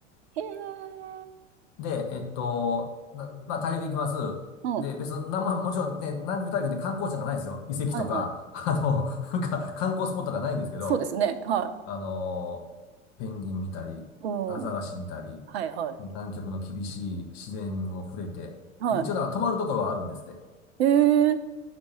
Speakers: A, on the right (about 55°); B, on the left (about 45°).
A: へえ。
B: で、えっと、なまあ、大陸行きます。
A: うん。
B: で、別に、なんも、もちろんね、南極大陸って観光地なんかないですよ。遺跡とか、
A: はいはい。
B: <laughs> あの、なんか観光スポットがないんですけど、
A: そうですね。はい。
B: あの、ペンギン見たり、
A: うん。
B: アザラシ見たり、
A: はいはい。
B: 南極の厳しい自然を触れて、
A: は
B: で、一応なんか泊まるところはあるんですって。
A: い。へえ。